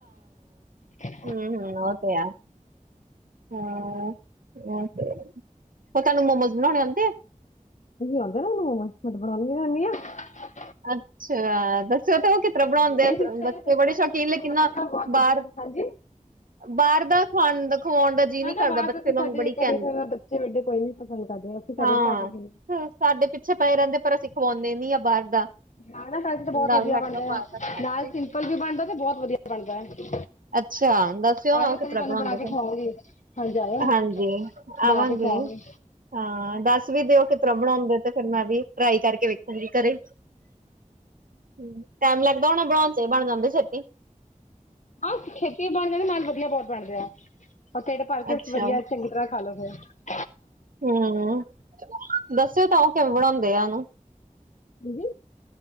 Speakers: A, on the left (about 60°); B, on the right (about 85°).
A: <unintelligible>
B: ਹਮ! ਹਮ! ਓ ਤੇ ਹੈ। ਹਮ ਹੋ ਤੁਹਾਨੂੰ ਮੋਮੋਜ਼ ਬਣਾਉਣੇ ਆਉਂਦੇ ਆ?
A: ਆਉਂਦੇ ਆ ਮੋਮੋਜ਼? ਮੈ ਬਣਾਉਣੀ ਰਹਿਨੀ ਹਾਂ
B: ਅੱਛਾ ਦੱਸਿਓ ਤੇ ਉਹ ਕਿਸ ਤਰ੍ਹਾਂ
A: ਹਾਂਜੀ!
B: ਬਣਾਉਂਦੇ
A: ਮੇਰੇ
B: ਆ
A: ਸਿਸਟਰ
B: ਬੱਚੇ
A: ਨੇ ਦੱਸਿਆ
B: ਬੜੇ ਸ਼ੌਕੀਨ
A: ਸੀ ਓਥੇ
B: ਲੇਕਿਨ
A: ਬਣਾਉਂਦੇ
B: ਨਾ
A: ਨੇ ਬਹੁਤ
B: ਬਾਹਰ
A: ਵਧੀਆ ਹਾਂਜੀ
B: ਬਾਹਰ ਦਾ ਖਾਣ ਦਾ ਖਵਾਉਣ ਦਾ ਜੀਅ
A: ਮੈ
B: ਨੀ
A: ਨ
B: ਕਰਦਾ
A: ਬਾਹਰ
B: ਬੱਚੇ
A: ਆ! ਤਾਂ
B: ਨੂੰ
A: ਸਾਡੇ
B: ਬੜੀ ਕਹਿੰਦੇ
A: ਘਰੇ ਬੱਚੇ ਵੱਡੇ ਕੋਈ ਨੀ। ਕਰਦੇ ਅਸੀਂ
B: ਹਾਂ।
A: ਘਰੇ ਬਣਾ ਕੇ ਪੀਂਦੇ ਅ
B: ਸਾਡੇ ਪਿੱਛੇ ਪਏ ਰਹਿੰਦੇ ਪਰ ਅਸੀਂ ਖਵਾਉਂਦੇ ਨੀ ਆ ਬਾਹਰ ਦਾ।
A: ਨਾਲ ਦਾ ਘਰ ਤਾਂ ਬਹੁਤ
B: ਡਰ
A: ਵਧੀਆ
B: ਲੱਗਦਾ
A: ਬਣਦਾ
B: ਬਾਹਰ
A: ਆ,
B: ਦਾ ਖਾਣ
A: ਨਾਲ
B: ਚ
A: ਸਿੰਪਲ ਵੀ ਬਣਦਾ ਤੇ ਬਹੁਤ ਵਧੀਆ ਵੀ ਬਣਦਾ। ਹੈ
B: ਅੱਛਾ! ਦੱਸਿਓ ਨਾ
A: ਆਇਓ
B: ਉਹ ਕਿਸ
A: ਕਦੀ
B: ਤਰ੍ਹਾਂ
A: ਤੁਹਾਨੂੰ
B: ਬਣਾਉਂਦੇ?
A: ਬਣਾ ਕੇ
B: ਫਿਰ
A: ਖਵਾਉਂਗੀ ਹਾਂਜੀ ਆਇਓ ਨਾ
B: ਹਾਂਜੀ ਆਵਾਂਗੇ।
A: ਬਣਾ ਕੇ ਖਵਾਉਂਗੀ
B: ਹਾਂ! ਦੱਸ ਵੀ ਦਿਓ ਕਿ ਬਣਾਉਂਦੇ। ਤੇ ਫਿਰ ਮੈਂ ਵੀ ਟਰਾਈ ਕਰਕੇ ਵੇਖਾਂਗੀ ਘਰੇ। ਟਾਈਮ ਲੱਗਦਾ ਹੋਣਾ ਬਣਾਉਣ ਚ। ਬਣ ਜਾਂਦੀ ਛੇਤੀ?
A: ਹਾਂ! ਛੇਤੀ ਬਣ ਜਾਦੀ ਆ ਨਾਲੇ ਵਧੀਆ ਬਹੁਤ ਬਨਦੀ ਆ। ਉਹਰ ਕਿਹੜੇ ਪਾਲ ਕੇਸੀਂ
B: ਅੱਛਾ
A: ਵਧੀਆ ਚੰਗੀ ਤਰ੍ਹਾਂ ਖਾ ਲੋ ਫੇਿਰ।
B: ਹਮ! ਦੱਸਿਓ ਤਾਂ! ਉਹ ਕਿਵੇਂ ਬਣਾਉਂਦੇ ਆ ਉਹਨੂੰ?
A: ਕੀ?